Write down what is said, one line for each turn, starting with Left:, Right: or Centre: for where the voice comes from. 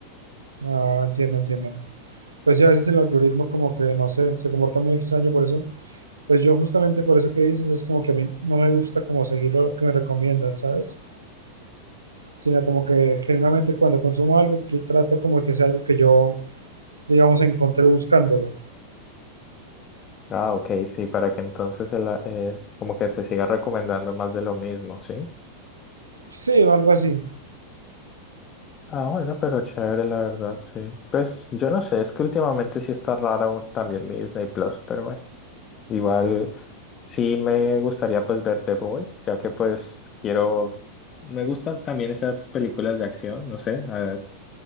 Right: Ah, entiendo, entiendo. Pues sí, a veces el algoritmo como que, no sé, se comporta muy extraño, por eso, pues yo justamente por eso que dices, es como que a mí no me gusta como seguir lo que me recomiendan, ¿sabes? Sino como que generalmente cuando consumo algo, que trato como que sea algo que yo, digamos, encontré buscándolo.
Left: Ah, ok, sí, para que entonces se la- eh, como que se siga recomendando más de lo mismo, ¿sí?
Right: Sí, o algo así.
Left: Ah, bueno, pero chévere, la verdad, sí. Pues yo no sé, es que últimamente sí está raro también mi Disney Plus, pero bueno. Igual sí me gustaría pues ver The Boys, ya que pues quiero, me gustan también esas películas de acción, no sé, a-